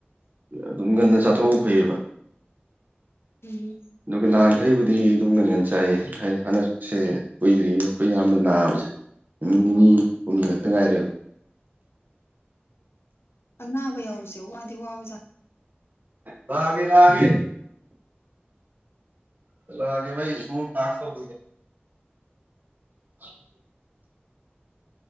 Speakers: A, on the right (about 45°); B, on the left (about 75°).
A: ꯑꯗꯨꯝ ꯉꯟꯅ ꯆꯥꯊꯣꯛꯍꯧꯕ ꯐꯩꯑꯕ
B: ꯎꯝ
A: ꯑꯗꯨꯒ ꯅꯍꯥꯟꯈꯩꯕꯨꯗꯤ ꯑꯗꯨꯝꯅ ꯍꯦꯟꯅ ꯆꯥꯏꯌꯦ ꯍꯥꯏꯗꯤ ꯍꯥꯟꯅ ꯁꯦ ꯀꯨꯏꯗ꯭ꯔꯤꯉꯩꯗꯣ ꯑꯩꯈꯣꯏ ꯑꯌꯥꯝꯕ ꯅꯥꯕꯁꯦ ꯅꯨꯃꯤꯠ ꯅꯤꯅꯤ ꯍꯨꯝꯅꯤ ꯈꯛꯇ ꯉꯥꯏꯔꯦꯕ
B: ꯑꯅꯥꯕ ꯌꯥꯎꯁꯦ ꯋꯥꯗꯤ ꯋꯥꯕꯥ
A: ꯕꯦꯔꯒꯦ ꯑꯂꯒꯦ ꯊꯥꯁ ꯊꯧ <inaudible>